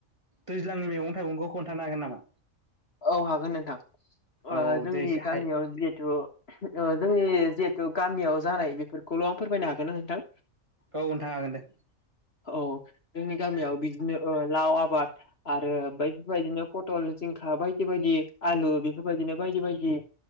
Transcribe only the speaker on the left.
औ हागोन नोंथां ओ
जोंनि
गामियाव
जिहेथु। ओ जोंनि जिहेतु गामियाव जानाय बेफोरखौल' फोरमायनो हागोन ना नोंथां?
औ जोंनि गामियाव बिदिनो ओ लाव आबाद आरो बैफोर बाययदिनो पटल जिं खा बायदि-बायदि आलु बेफोरबायदिनो बायदि-बायदि